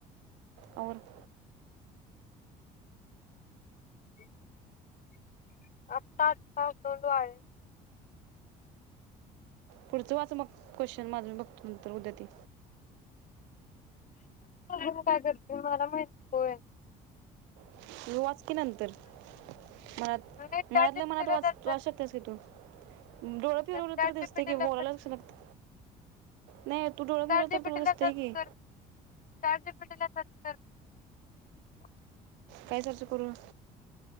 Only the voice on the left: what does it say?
<inaudible> आत्ता आत्ता <unintelligible>
<inaudible> मला माहिती
चॅट
जीपीटीला
जर
चॅट
जीपीटीला
चॅट जीपीटीला
सर्च
कर <unintelligible>